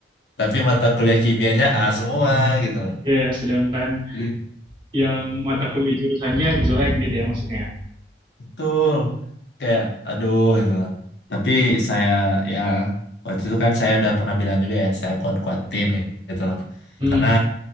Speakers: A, on the left; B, on the right.
A: Tapi mata kuliah kimianya A semua gitu loh.
B: Iya, ya. sedangkan
A: Jadi
B: yang mata kuliah jurusannya jelek gitu ya maksudnya.
A: betul kayak aduh gitu loh tapi saya ya waktu itu kan saya udah pernah bilang juga ya saya kuat-kuatin gitu loh
B: Hmm.
A: karena